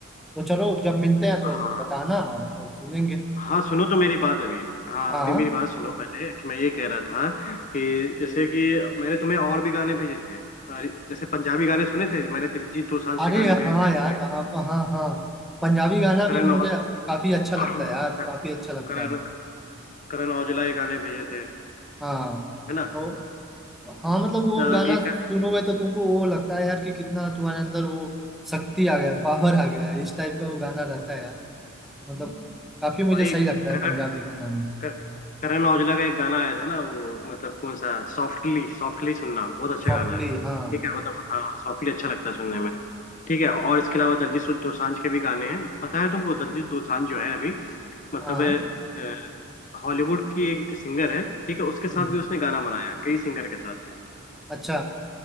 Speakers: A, in the centre; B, on the left.
A: तो चलो जब मिलते हैं तो
B: हाँ,
A: बताना और सुनेंगे
B: हाँ सुनो तो मेरी बात अभी हाँ
A: हाँ
B: अभी मेरी बात सुनो पहले कि मैं ये कह रहा था कि जैसे कि मैंने तुम्हें और भी गाने भेजे थे अरे, जैसे पंजाबी गाने सुने थे मैंने दिलजीत दोसांझ
A: अरे
B: के गाने भेजे
A: हाँ
B: थे तुम्हें
A: यार हाँ हाँ हाँ पंजाबी गाना
B: करण
A: भी मुझे
B: और
A: काफी अच्छा लगता
B: <clears throat>
A: है यार काफी अच्छा लगता
B: करण
A: है
B: करण औजला के गाने भेजे थे
A: हाँ
B: है ना
A: तो हाँ मतलब वो
B: अ,
A: गाना
B: कि क-
A: सुनोगे तो तुमको वो लगता है यार कि कितना तुम्हारे अंदर वो शक्ति आ गया पावर आ गया है इस टाइप का वो गाना रहता है यार मतलब काफी मुझे
B: भाई
A: सही लगता है
B: करण
A: पंजाबी गाना में
B: क- करण औजला का एक गाना आया था ना वो मतलब कौन सा सॉफ्टली सॉफ्टली सुनना बहुत अच्छा
A: सॉफ्टली
B: गाना है
A: हाँ
B: ठीक है मतलब हाँ सॉफ्टली अच्छा लगता है सुनने में ठीक है और इसके अलावा दलजीत दोसांझ के भी गाने हैं पता है तुमको दलजीत दोसांझ जो है अभी मतलब
A: हाँ
B: अ, हॉलीवुड की एक सिंगर है ठीक है उसके
A: हम्म,
B: साथ भी उसने गाना बनाया कई सिंगर के साथ
A: अच्छा